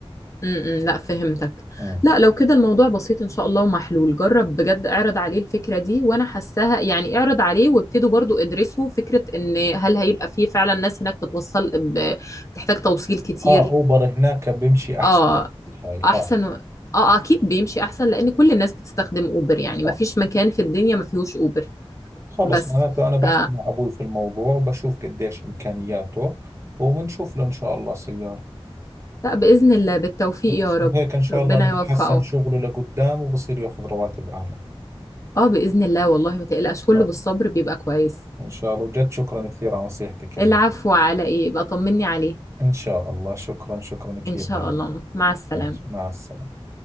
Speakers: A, on the left; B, on the right.
A: م -م لا فهمتك
B: امم
A: لا لو كده الموضوع بسيط ان شاء الله ومحلول جرب بجد اعرض عليه الفكرة دي وانا حاساها يعني اعرض عليه وابتدوا برضو ادرسوا فكرة ان هل هيبقى فيه فعلا ناس هناك بتوصل ب- بتحتاج توصيل كتير
B: اه اوبر هناك بيمشي احسن
A: اه
B: هاي
A: احسن
B: اه
A: و- اه اكيد بيمشي احسن لان كل الناس بتستخدم اوبر يعني
B: صح
A: ما فيش مكان في الدنيا ما فيهوش اوبر
B: خلص
A: بس
B: معناته أنا بحكي
A: ف...
B: مع أبوي في الموضوع وبشوف قديش إمكانياته وبنشوف له إن شاء الله سيارة
A: لا باذن الله بالتوفيق
B: خلص
A: يا رب
B: وهيك إن شاء
A: ربنا
B: الله إنه بتحسن
A: يوفقه
B: شغله لقدام وبصير ياخذ رواتب أعلى إن
A: اه باذن الله والله ما تقلقش كله
B: شاء الله
A: بالصبر بيبقى كويس
B: إن شاء الله وجد شكرا كثير على نصيحتك ال...
A: العفو على ايه يبقى طمني عليه
B: إن شاء الله شكرا شكرا كثير
A: ان شاء
B: لك
A: الله مع السلامة
B: مع مع السلامة